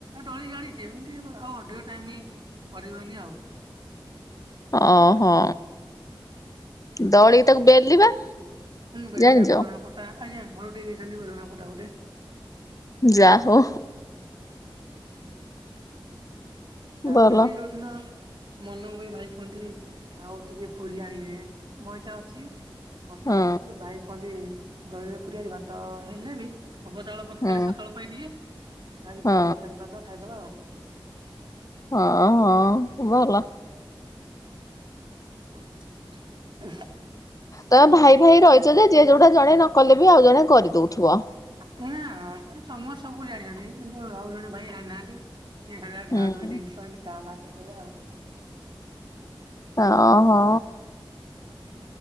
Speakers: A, on the right (about 60°); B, on the left (about 40°).
A: ଦଳି ଜାଣିଛି ଏମିତି ଆଉ ଅଧିକ ଟାଇମ୍ କରିହୁଏନି ଆଉ।
B: ଓ ହୋ ଦଳିକି ତାକୁ ବେଲିବା
A: ହୁଁ ବେଲିଆ
B: ଜାଣିଛ
A: ବେଲଣାପଟା ଆଜ୍ଞା, ଘରୁ ଦେଇ ଦେଇଛନ୍ତି ବେଲଣାପଟା ଗୋଟେ।
B: ଯା ହଉ।
A: ତାପରେ
B: ଭଲ
A: ବି ଯୋଉଦିନ ମନକୁ ବି ଭାଇ କୁହନ୍ତି ଆଉ ଟିକେ ପୁରୀ ଆଣିବେ, ମଇଦା ଅଛି ଅଟା
B: ହଁ
A: ଅଛି ଭାଇ କୁହନ୍ତି ଦଳିରେ ପୁରୀ ଛି ଭାତ ହେଲେ ବି ହବ ଚାଳ କା
B: ହଁ
A: ଖାଲି ସକାଳ ପାଇଁ ଟିକେ ଆଜି
B: ହଁ
A: ପୁରୀ ତରକାରୀ କରିଦବା ଖାଇଦବା ଆଉ।
B: ହଁ ହଁ ଭଲ।
A: <unintelligible>
B: ତମେ ଭାଇ ଭାଇ ରହିଛ ଯେ ଯିଏ ଯୋଉଟା ଜଣେ ନକଲେ ବି ଆଉ ଜଣେ କରିଦଉଥିବ।
A: ହୁଁ ସମସ୍ତେ ସବୁ ଜାଣିଛନ୍ତି କିନ୍ତୁ ଆଉ ଜଣେ ଭାଇ ଜାଣିନାହାନ୍ତି। ଠିକ <unintelligible>
B: ହୁଁ
A: କାଁ ଭାଁ କେତେବେଳେ।
B: ଓହୋ।